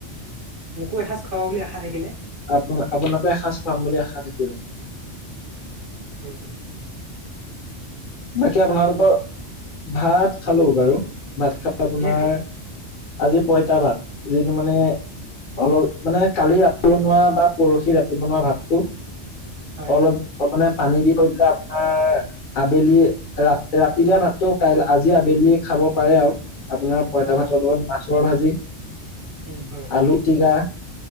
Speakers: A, on the right; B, on the left.
A: মোকো এসাঁজ খুৱাব বুলি আশা থাকিলে।
B: আপ, আপোনাকে এসাঁজ খুৱাম বুলি আশা থাকিলে।
A: হয়।
B: বাকি আপোনাৰ <unintelligible> ভাত খালোঁ বাৰু ভাত খাই তোমাৰ
A: কিহে খালে?
B: আজি পঁইতা ভাত যিটো মানে অলপ মানে কালি ৰাতি বনোৱা বা পৰহি ৰাতি বনোৱা ভাতটো
A: হয়
B: অলপ মানে পানী দি কৰি দিলে আবেলি ৰা ৰাতি দিয়া ভাতটো খাই আজি আবেলি খাব পাৰে আৰু আপোনাৰ পঁইতা
A: হয়
B: ভাতৰ
A: হয়
B: লগত মাছৰ ভাজি
A: উম হয়।
B: আলু - পিটিকা।